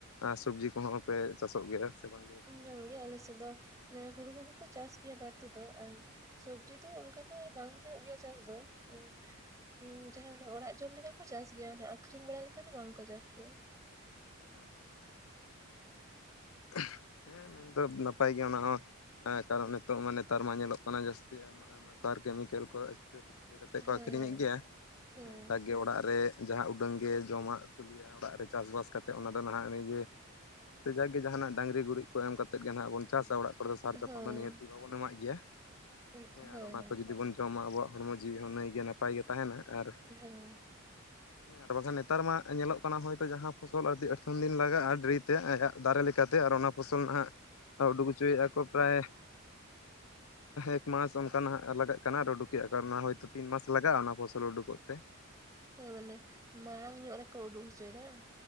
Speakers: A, on the left; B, on the right.
A: ᱟᱨ ᱥᱚᱵᱽᱡᱤ ᱠᱚᱦᱚᱸ ᱯᱮ ᱪᱟᱥᱚᱜ ᱜᱮᱭᱟ? ᱵᱟᱝ ᱜᱮᱯᱮ ᱪᱟᱥᱚᱜᱼᱟ
B: ᱵᱟᱝ ᱜᱮ ᱟᱞᱮ ᱥᱮᱫ ᱫᱚ ᱦᱩᱲᱩ ᱠᱚᱜᱮ ᱠᱚ ᱪᱟᱥ ᱜᱮᱭᱟ ᱵᱟᱹᱲᱛᱤ ᱫᱚ᱾ ᱟᱨ ᱥᱚᱵᱡᱤ ᱫᱚ ᱚᱱᱠᱟ ᱫᱚ ᱵᱟᱝ ᱦᱩᱭᱩᱜ ᱜᱮᱭᱟ ᱪᱟᱥ ᱫᱚ ᱾ᱩᱝ ᱩᱸ ᱡᱟᱦᱟᱸ ᱚᱲᱟᱜ ᱡᱚᱢ ᱞᱮᱠᱟ ᱠᱚ ᱪᱟᱥ ᱜᱮᱭᱟ, ᱟᱠᱷᱨᱤᱧ ᱵᱟᱲᱟ ᱞᱮᱠᱟ ᱫᱚ ᱵᱟᱝᱠᱚ ᱪᱟᱥ ᱜᱮᱭᱟ ᱾
A: ᱟᱪᱪᱷᱟ ᱟᱪᱪᱷᱟ ᱾ ᱦᱮᱸᱜ ᱦᱮᱸ, ᱢᱮᱱᱫᱚ ᱱᱟᱯᱟᱭ ᱜᱮᱭᱟ ᱚᱱᱟ ᱦᱚᱸ, ᱠᱟᱨᱚᱱ ᱱᱤᱛᱚᱜ ᱢᱟ ᱱᱮᱛᱟᱨ ᱢᱟ ᱧᱮᱞᱚᱜ ᱠᱟᱱᱟ ᱡᱟᱹᱥᱛᱤ ᱟᱭᱢᱟ ᱟᱭᱢᱟ ᱥᱟᱨ ᱠᱮᱢᱤᱠᱮᱞ ᱠᱚ ᱮᱥᱯᱨᱮ ᱯᱷᱮᱥᱯᱨᱮ ᱠᱟᱛᱮ ᱠᱚ
B: ᱦᱳᱭ
A: ᱟᱠᱷᱨᱤᱧᱮᱫ ᱜᱮᱭᱟ
B: ᱦᱳᱭ
A: ᱦᱮ ᱛᱚ
B: ᱦᱳᱭ
A: ᱡᱟᱠᱜᱮ ᱚᱲᱟᱜ ᱨᱮ ᱾ ᱡᱟᱦᱟᱸ ᱩᱰᱟᱹᱝᱜ ᱜᱮ ᱡᱚᱢᱟᱜ ᱠᱚ ᱠᱩᱞᱤᱭᱟ ᱚᱲᱟᱜ ᱨᱮ ᱪᱟᱥ ᱵᱟᱥ ᱠᱟ ᱛᱮ ᱚᱱᱟ ᱫᱚ ᱱᱟᱦᱜ ᱱᱤᱡᱮ ᱥᱮ ᱡᱟᱠᱜᱮ ᱡᱟᱦᱟᱱᱟᱜ ᱰᱟᱝᱨᱤ ᱜᱩᱨᱤᱡ ᱠᱚ ᱮᱢ ᱠᱟ ᱠᱟᱛᱮ ᱜᱮ ᱱᱟᱦᱜ ᱵᱚᱱ ᱪᱟᱥᱟ ᱚᱲᱟᱜ ᱠᱚᱨᱮ ᱫᱚ ᱥᱟᱨ ᱪᱟᱯᱟᱱ
B: ᱦᱳᱭ
A: ᱫᱚ ᱩᱱᱟᱹᱜ ᱵᱟᱵᱚᱱ ᱮᱢᱟᱜ ᱜᱮᱭᱟ
B: ᱩᱸ
A: ᱦᱮᱸ
B: ᱦᱳᱭ
A: ᱟᱨ ᱚᱱᱟ
B: ᱦᱳᱭ
A: ᱡᱩᱫᱤ ᱵᱚᱱ ᱡᱚᱢᱟ ᱟᱵᱚᱣᱟᱜ ᱦᱚᱲᱢᱚ ᱡᱤᱣᱤ ᱦᱚᱸ ᱱᱟᱹᱭᱜᱮ ᱱᱟᱯᱟᱭᱜᱮ ᱛᱟᱦᱮᱱᱟ ᱟᱨ
B: ᱦᱮᱸ ᱾
A: ᱦᱮᱸ ᱟᱨ ᱵᱟᱝᱠᱷᱟᱱ ᱱᱮᱛᱟᱨ ᱢᱟ ᱧᱮᱞᱚᱜ ᱠᱟᱱᱟ ᱦᱳᱭᱛᱚ ᱡᱟᱦᱟᱸ ᱯᱷᱚᱥᱚᱞ ᱟᱹᱰᱤ ᱟᱛᱷᱥᱱ ᱫᱤᱱ ᱞᱟᱜᱟᱜᱼᱟ ᱰᱮᱨᱤ ᱛᱮ ᱟᱭᱟᱜ ᱫᱟᱨᱮ ᱞᱮᱠᱟᱛᱮ ᱟᱨ ᱚᱱᱟ ᱯᱷᱚᱥᱚᱞ ᱱᱟᱦᱟᱜ ᱩᱰᱩᱠ ᱦᱚᱪᱚᱭᱮᱫᱼᱟ ᱠᱚ ᱯᱨᱟᱭ ᱮᱠᱢᱟᱥ ᱚᱱᱠᱟ ᱱᱟᱜ ᱞᱟᱜᱟ ᱠᱟᱱᱟ ᱟᱨ ᱩᱰᱩᱠᱮᱜᱼᱟ ᱠᱚ ᱟᱨ ᱚᱱᱟ ᱦᱚᱭᱛᱳ ᱛᱤᱱ ᱢᱟᱥ ᱞᱟᱜᱟᱜᱼᱟ ᱚᱱᱟ ᱯᱷᱚᱥᱚᱞ ᱩᱰᱩᱠᱚᱜ ᱛᱮ ᱾
B: ᱦᱮᱸ ᱢᱟᱱᱮ ᱢᱟᱲᱟᱝ ᱧᱚᱜ ᱨᱮᱠᱚ ᱩᱰᱩ ᱦᱚᱪᱚᱭᱮᱫᱟ ᱾